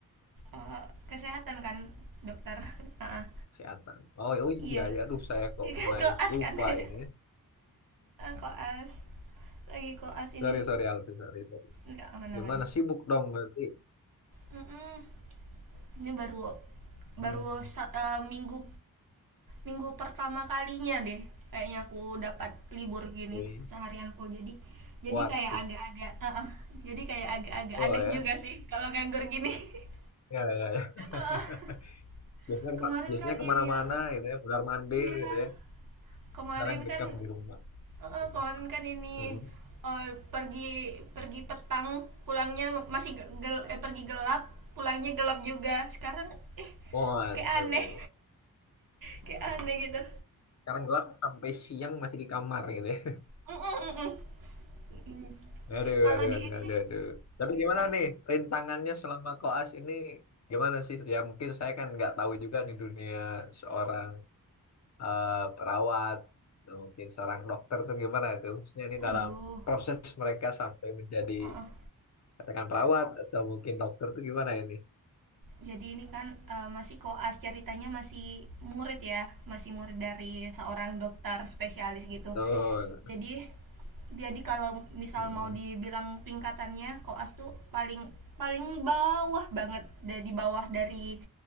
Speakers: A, on the right; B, on the left.
A: eh, kesehatan kan dokter. <laughs> Heeh.
B: Kesehatan. Oh, oh iya,
A: Iya.
B: ya aduh saya kok
A: Iya kan
B: mulai
A: koas
B: lupa
A: kan. <laughs> Heeh,
B: ini.
A: koas. Lagi koas ini.
B: Sorry, sorry, Alfi, sorry, sorry.
A: nggak aman-aman.
B: Gimana sibuk dong berarti?
A: Mm-mm. ini baru baru
B: Hmm.
A: sa- eh, minggu minggu pertama kalinya deh kayaknya aku dapat libur gini
B: oke.
A: seharian full jadi
B: Waduh,
A: jadi kayak agak-agak eh, eh, jadi kayak agak-agak
B: oh
A: aneh
B: ya,
A: juga sih kalau nganggur gini <laughs>
B: ya, ya. ya.
A: Eh,
B: <laughs>
A: eh.
B: Biasanya, kema-
A: kemarin
B: biasanya
A: kan
B: kemana-mana
A: ini ya
B: gitu ya, benar mandir
A: Iya,
B: gitu ya.
A: kemarin
B: Sekarang dekam
A: kan
B: di rumah.
A: eh,
B: Gitu.
A: kemarin kan ini
B: Hmm.
A: eh, pergi pergi petang, pulangnya masih ge- gel, eh, pergi gelap, pulangnya gelap juga. Sekarang eh
B: Waduh,
A: kayak aneh. <laughs> kayak aneh gitu.
B: sekarang gelap sampai siang masih di kamar gitu ya. <laughs>
A: Mm, mm, mm, mm.
B: Aduh,
A: Kalau
B: aduh,
A: di
B: aduh,
A: ini sih
B: aduh, aduh. Tapi gimana
A: apa
B: nih
A: sih?
B: rintangannya selama koas ini? Gimana sih? Ya mungkin saya kan nggak tahu juga di dunia seorang eh, perawat, atau mungkin seorang dokter tuh gimana itu khususnya ini
A: Aduh.
B: dalam proses mereka sampai menjadi
A: Heeh.
B: katakan perawat atau mungkin dokter tuh gimana ini?
A: Jadi ini kan eh, masih koas ceritanya masih murid ya, masih murid dari seorang dokter spesialis gitu.
B: Betul.
A: Jadi jadi kalau misal
B: Mm-mm.
A: mau dibilang tingkatannya koas tuh paling paling bawah banget dari bawah dari